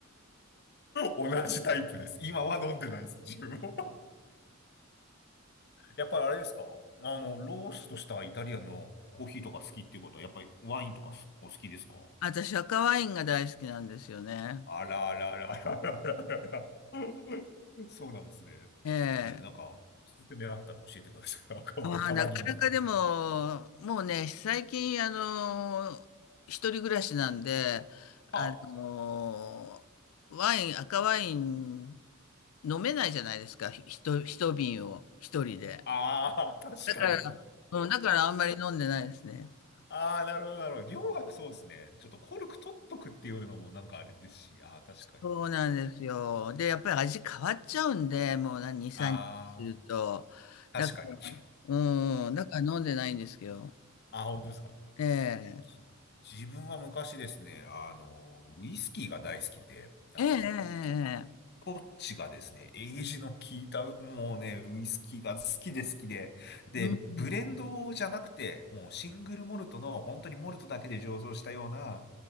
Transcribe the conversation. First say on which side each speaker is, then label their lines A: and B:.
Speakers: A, on the left; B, on the left.
A: 同じタイプです。今は飲んでないです、自分も。やっぱりあれですかあの、ローストしたイタリアンのコーヒーとか好きっていうことは、やっぱりワインとかすお好きですか
B: 私、赤ワインが大好きなんですよね。
A: あらあらあらあらあらあら。<laughs> そうなんですね。
B: ええ
A: ななんか、おすすめあったら教えてください。赤ワインたまに飲む。
B: ああ、なかなかでも、もうね、最近、あの、一人暮らしなんで、あの、
A: はあ
B: ワイン、赤ワイン飲めないじゃないですか、ひと、一瓶を一人で。
A: ああ、<laughs> 確かに。
B: だから、うん、だからあんまり飲んでないですね。
A: ああ、なるほど、なるほど。量がそうですね。ちょっとコルク取っとくっていうのもなんかあれですし、ああ、確かに。
B: そうなんですよ。で、やっぱり味変わっちゃうんで、もう何、2、3日すると。
A: ああ、
B: だから、
A: 確かに。<laughs>
B: うん、だから飲んでないんですけど。
A: ああ、本当ですか。
B: ええ
A: じ自分は昔ですね、あの、ウイスキーが大好きで、あの、
B: ええええええ
A: こっちがですね、エイジの効いた、もうね、ウイスキーが好きで好きで、で、
B: うん
A: ブレンドじゃなくて、もうシングルモルトの、本当にモルトだけで醸造したような、